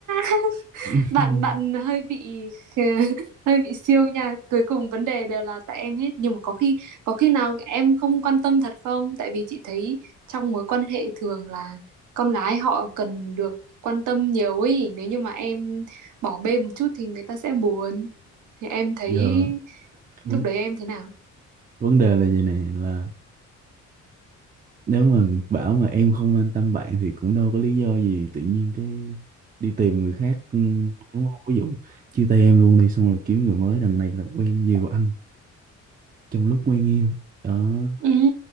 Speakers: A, on the right; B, on the right.
A: <laughs>
B: <laughs>
A: bạn bạn hơi bị <laughs> hơi bị siêu nha cuối cùng vấn đề đều là tại em hết nhưng mà có khi có khi nào em không quan tâm thật không tại vì chị thấy trong mối quan hệ thường là con gái họ cần được quan tâm nhiều ấy nếu như mà em bỏ bê một chút thì người ta sẽ buồn Thì em thấy
B: giờ
A: lúc
B: vấn
A: đấy em thế nào?
B: vấn đề là vậy nè là nếu mà bảo mà em không quan tâm bạn thì cũng đâu có lý do gì tự nhiên cái đi tìm người khác ừ, đúng không ví dụ chia tay em luôn đi xong rồi kiếm người mới đằng này là quen nhiều anh trong lúc quen em đó
A: Ừ,